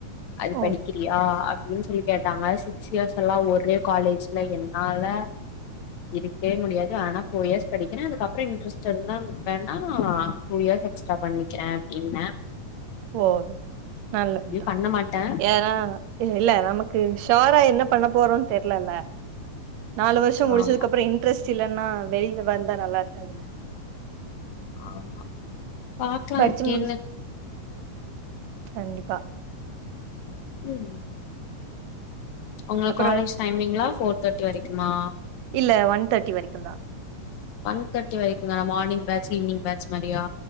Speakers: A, on the left; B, on the right.
A: அது
B: ஓ
A: படிக்கிறியா அப்டின்னு சொல்லி கேட்ட டாங்க சிக்ஸ் இயர்ஸ் எல்லா ஒரே காலேஜ்ல என்னால இருக்கவே முடியா து ஆனா போர் இயர்ஸ் படிக்கிற அதுக்கப்ரொ இன்டரஸ்ட் இருந்தா வேணா டூ இயர் எக்ஸ்ட்ரா பண்ணிக்கிற என்ன
B: ஓ நல்லதுதா
A: பண்ண மாட்டே
B: ஏன்னா இல்ல நமக்கு ஷ்யாரா என்ன பண்ண போறோ தெர்லல நாலு வருசொ முடிச்சதுக்கப்ரோ
A: ஆமா
B: இன்ட்ரெஸ்ட் சிலன்னா வெளியில வந்தா நல்லா இருக்காதுல
A: ஆமா பாக்லா
B: படிச்சு
A: எப்டீன்னு
B: முடிச்சு கண்டிப்பா
A: ம் உங்க
B: அப்புறோ
A: காலேஜ் டைமிங்லா போர் தேர்டி வரைக்குமா
B: இல்ல ஒன் தேர்டி வரைக்குந்தா
A: ஒன் தேர்டி வரைக்குந்தா மார்னிங் பேட்ச் ஈவினிங் பேட்ச மாரியா